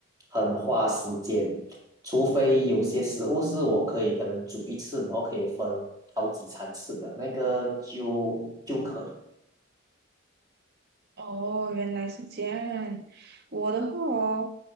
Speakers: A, on the right; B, on the right.
A: 很花时间。除非有些食物是我可以可能煮一次，然后可以分好几餐吃的，那个就就可以。
B: 哦，原来是这样。我的话哦，